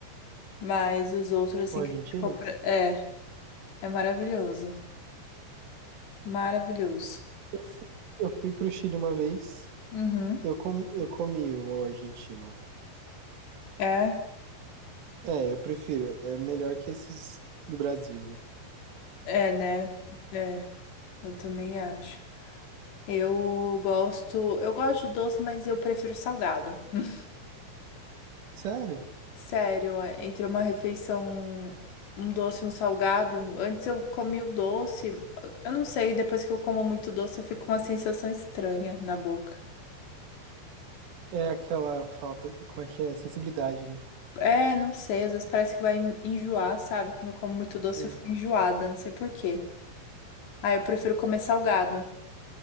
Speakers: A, on the left (about 65°); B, on the right (about 65°).
A: Mas os outros assim
B: O argentino?
A: que a gente compra, é, é maravilhoso, maravilhoso.
B: Eu fui, eu fui pro Chile uma vez.
A: Uhum.
B: Eu, com, eu comi o argentino
A: É,
B: É, eu prefiro. É melhor que esses do Brasil, né?
A: é, né? É, eu também acho. Eu gosto, eu gosto de doce, mas eu prefiro salgado. <laughs>
B: Sério?
A: Sério, é, entre uma refeição, um doce e um salgado. Antes eu comi o doce, eu não sei, depois que eu como muito doce eu fico com uma sensação estranha na boca.
B: É aquela falta. Como é que é? Sensibilidade, né?
A: É, não sei, às vezes parece que vai en- enjoar, sabe? Quando eu como muito doce
B: Sim.
A: eu fico enjoada, não sei por quê. Ah, eu prefiro comer salgado.